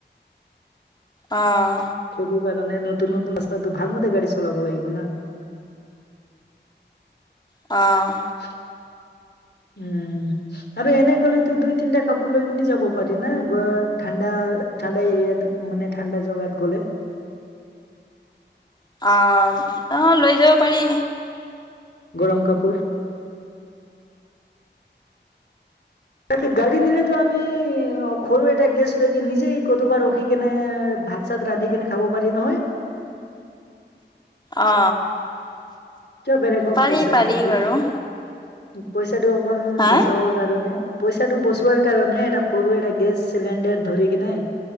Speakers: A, on the left; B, on the left.
A: অঁ
B: সেইটো কাৰণে নতুন নতুন ৰাস্তাটো ভালমতে গাড়ী চলাব লাগিব না।
A: অ
B: <inaudible> উম আৰু এনে গলেতো দুই তিনটা কাপোৰ লৈ কিনি যাব পাৰি না গ ঠাণ্ডা, ঠাণ্ডা এৰিয়াত মানে ঠাণ্ডা জগাত গ'লে
A: অ অ লৈ যাব পাৰি।
B: গৰম কাপোৰ তাকে গাড়ী নিলেতো আমি অ সৰু এটা গেছ লৈ কিনে নিজেই কৰবাত ৰখি কেনে ভাত চাত ৰান্ধি কেনে খাব পাৰি নহয়
A: অ
B: কিয় বেলেগক
A: পাৰি
B: পইচা
A: পাৰি
B: দিম ধেত,
A: বাৰু
B: পইচাটো অকণ
A: হা
B: বচাবৰ কাৰণে পইচাটো বচোৱাৰ কাৰণে এটা সৰু এটা গেছ চিলিণ্ডাৰ ধৰি কেনে